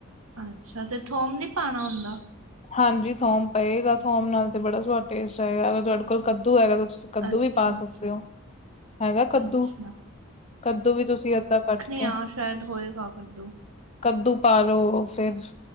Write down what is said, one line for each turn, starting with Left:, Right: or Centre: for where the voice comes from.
Right: ਅੱਛਾ, ਤੇ ਥੋਮ ਨੀ ਪਾਉਣਾ ਹੁੰਦਾ?
Left: ਹਾਂਜੀ, ਥੋਮ ਪਏਗਾ ਥੋਮ ਨਾਲ ਤੇ ਬੜਾ ਸਵਾਦ ਟੇਸਟ ਆਏਗਾ ਅਗਰ ਤੁਹਾਡੇ ਕੋਲ ਕੱਦੂ ਹੈਗਾ ਤਾਂ ਤੁਸੀਂ ਕੱਦੂ
Right: ਅੱਛਾ
Left: ਵੀ ਪਾ
Right: ਅੱਛਾ
Left: ਸਕਦੇ ਹੋ ਹੈਗਾ ਕੱਦੂ,
Right: ਅੱਛਾ
Left: ਕੱਦੂ ਵੀ ਤੁਸੀਂ ਅੱਧਾ ਕੱਟ
Right: ਨੀ
Left: ਕੇ
Right: ਹਾਂ ਸ਼ਾਇਦ ਹੋਏਗਾ ਕੱਦੂ।
Left: ਕੱਦੂ ਪਾਲੋ ਫੇਰ